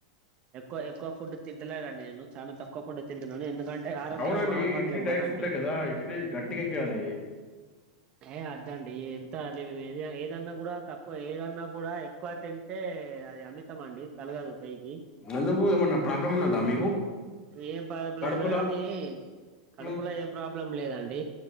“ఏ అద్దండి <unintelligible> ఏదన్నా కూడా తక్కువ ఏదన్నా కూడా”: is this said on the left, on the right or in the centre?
Right